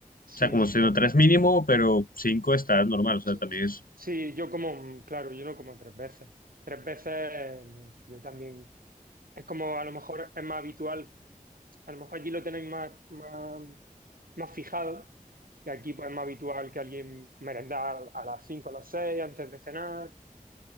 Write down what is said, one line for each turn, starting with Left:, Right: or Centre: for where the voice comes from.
Right: sí,
Left: o sea, como si
Right: claro.
Left: no tres mínimo, pero cinco está normal, o sea,
Right: Sí,
Left: también es,
Right: sí, yo como, claro, yo no como tres veces. Tres veces eh, no, yo también. Es como a lo mejor es más habitual, a lo mejor allí lo tenéis más, más, más fijado. Y aquí pues es más habitual que alguien merendar a las 5 o a las 6 antes de cenar,